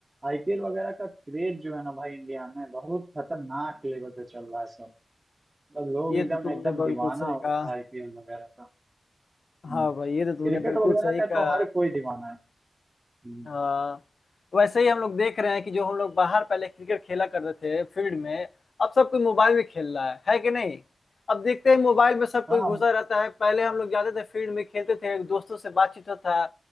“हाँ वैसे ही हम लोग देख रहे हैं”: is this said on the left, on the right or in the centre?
Left